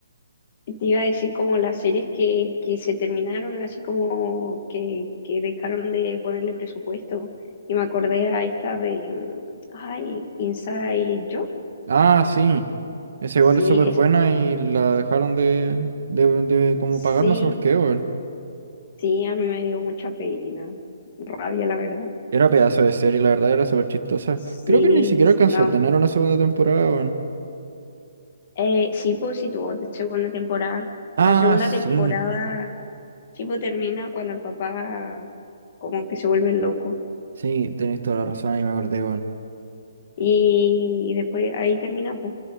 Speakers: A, on the left; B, on the right.
A: Te iba a decir como las series que, que se terminaron, así como que, que dejaron de ponerle presupuesto. Y me acordé a esta de, mm, ay, Inside Job.
B: Ah, sí. Esa
A: Sí,
B: igual es súper
A: esa,
B: buena y la dejaron de, de, de como
A: sí,
B: pagar, no sé por qué, weón.
A: sí, a mí me dio mucha pena, rabia, la verdad.
B: Era pedazo de serie, la verdad, era súper chistosa.
A: Sí,
B: Creo que ni siquiera alcanzó
A: no.
B: a tener una segunda temporada, weón.
A: Eh, sí, pues sí tuvo te- segunda temporada.
B: Ah,
A: La segunda
B: sí.
A: temporada, sí, pues termina cuando el papá como que se vuelve loco.
B: Sí, tenéis toda la razón, ahí me acordé, weón.
A: Y, después ahí termina, pues.